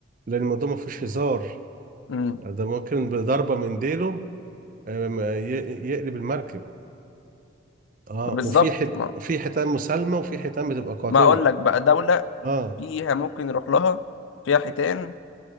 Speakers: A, on the right; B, on the left.
A: لان الموضوع ما فيهوش هزار
B: امم
A: ده ممكن بضربة من ديله آم، ي... يقلب المركب اه
B: ما بالظبط
A: وفي حت...
B: ما,
A: في حيتان مسالمة وفي حيتان بتبقى قاتلة
B: ما اقول لك بقى دولة
A: اه
B: فيها ممكن نروح لها فيها حيتان